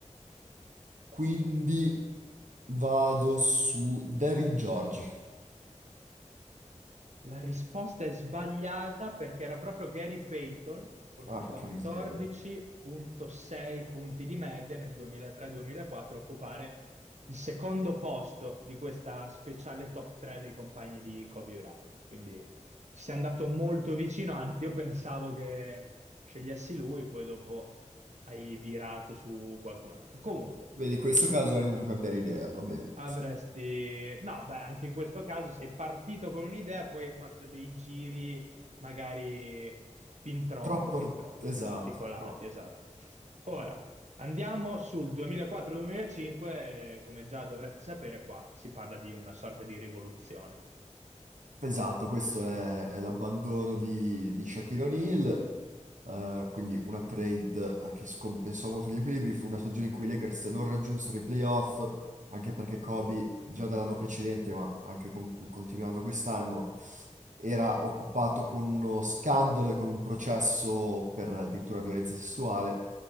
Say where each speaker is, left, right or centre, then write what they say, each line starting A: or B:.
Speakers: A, on the right; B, on the right.
A: Quindi vado su Devin George.
B: La risposta è sbagliata perché era proprio Gary Payton con
A: Porca
B: 14.6
A: miseria.
B: punti di media nel 2003-2004 a occupare il secondo posto di questa speciale top 3 dei compagni di Kobe Bryant. Quindi ci si è andato molto vicino, anzi io pensavo che scegliessi lui, poi dopo hai virato su qualcun altro. Comunque,
A: Vedi, in questo caso
B: non
A: avrei
B: male.
A: dovuto cambiare idea, va bene.
B: Avresti, no, beh, anche in questo caso sei partito con un'idea, poi hai fatto dei giri magari fin troppo,
A: Troppo...
B: fin troppo
A: Esatto,
B: articolati,
A: troppo.
B: esatto. Ora andiamo sul 2004-2005, eh, come già dovresti sapere, qua si parla di una sorta di rivoluzione.
A: Esatto, questo è, è l'abbandono di, di Shaquille O'Neal, eh, quindi una trade eh, che scompensò molto gli equilibri, fu una stagione in cui i Lakers non raggiunsero i playoff, anche perché Kobe già dall'anno precedente, ma anche con- continuando quest'anno, era occupato con uno scandalo e con un processo per addirittura violenza sessuale,